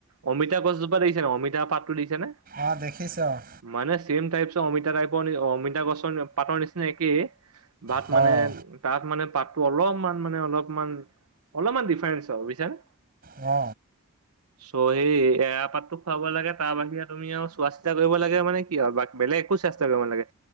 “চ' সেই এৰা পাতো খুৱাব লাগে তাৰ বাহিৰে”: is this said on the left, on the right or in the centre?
Right